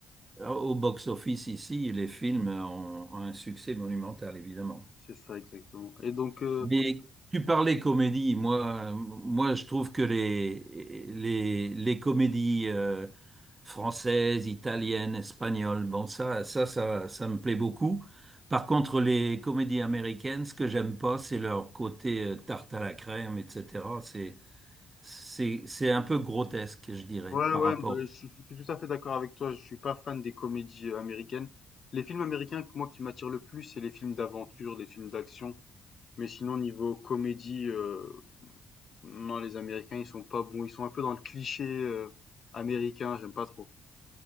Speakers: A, on the right (about 25°); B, on the left (about 50°).
A: au box-office ici, les films ont ont un succès monumental, évidemment.
B: C'est ça, exactement. Et donc, euh,
A: Mais tu parlais comédie. Moi, euh, moi, je trouve que les les les comédies euh, françaises, italiennes, espagnoles, bon ça, ça, ça, ça me plaît beaucoup. Par contre, les comédies américaines, ce que j'aime pas, c'est leur côté euh, tarte à la crème, etc. C'est c'est c'est un peu grotesque, je dirais,
B: Ouais,
A: par
B: ouais,
A: rapport.
B: bah, je suis je suis tout à fait d'accord avec toi. Je suis pas fan des comédies euh, américaines. Les films américains, que moi, qui m'attirent le plus, c'est les films d'aventure, les films d'action. Mais sinon, niveau comédie, euh, non, les Américains, ils sont pas bons. Ils sont un peu dans le cliché euh, américain. J'aime pas trop.